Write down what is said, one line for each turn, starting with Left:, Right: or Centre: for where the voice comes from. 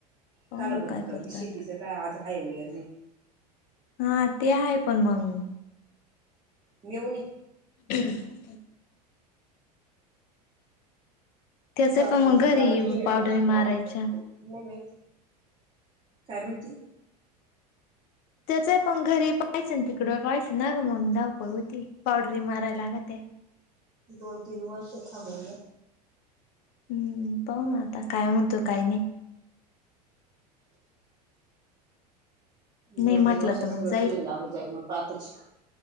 Left: पाहू
Right: कालं
Left: ना
Right: बंद
Left: काय
Right: करते
Left: करतो
Right: शेतीचं
Left: आता
Right: काय आज हाय उद्या नाय.
Left: हा ते आहे पण मंग.
Right: मेयोनी
Left: ह त्याचे
Right: कराटेची
Left: पण मग घरी
Right: करा. <unintelligible> नाय
Left: पावडरी मारायच्या.
Right: माहित काय माहिती?
Left: त्याचा आपण घरी पाहिचंय ना तिकडं पाहि ना गं मंग धाव पड होती पावडरी माराय लागत आहे.
Right: मंग तीन वर्ष खामांगे
Left: हम्म पाहू ना आता काय म्हणतो काही नाय. नाही
Right: दोन
Left: म्हटलं
Right: तीन वर्षात
Left: तर मग
Right: सगळं
Left: जाईल.
Right: सुई लागून जाईल मग पातच